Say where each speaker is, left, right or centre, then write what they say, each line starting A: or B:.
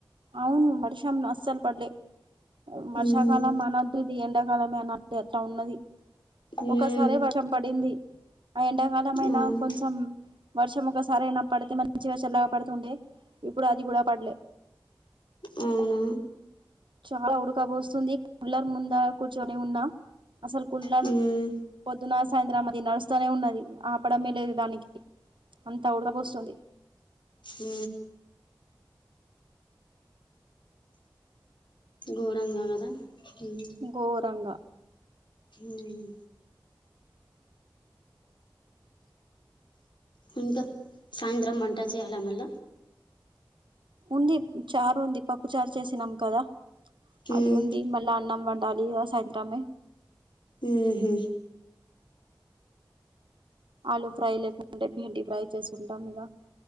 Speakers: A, on the right (about 80°); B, on the left (about 75°).
A: అవును వర్షం నస్సలు పడలే వర్షాకాలం
B: మ్మ్.
A: మనద్ ఇద్ ఎండాకాలమేలే అనాలి అట్లా ఉన్నది
B: మ్మ్.
A: ఒకసారే వర్షం పడింది ఆ ఎండాకాలం అయినా
B: అవును
A: కొంచం వర్షం ఒకసారైయినా పడితే మంచిగా చల్లాగా పడుతుండే ఇప్పుడు అది కూడా పడలే
B: అవునా
A: చాలా ఉడకబోస్తుంది కుళ్లర్ ముంద కూర్చొని ఉన్నా అసలు కుళ్లర్
B: మ్మ్
A: పొద్దున సాయంత్రం అది నడుస్తనే ఉన్నది ఆపడమే లేదు దానికి అంత ఉడకపోస్తుంది
B: ఊ ఘోరంగా కదా మ్మ్
A: ఘోరంగా
B: మ్మ్ ఇంకా సాయంత్రం మంట చేయాలా మళ్ళ
A: ఉంది చారు ఉంది పప్పు చారు చేసినాం కదా
B: మ్మ్
A: అది ఉంది మళ్ళ అ నం వండాలి ఇగ సాయంత్రమే
B: ఊహు
A: ఆలుూ ఫ్రై లేకుంటే బీడి ఫ్రై చేసుకుంటాం ఇగ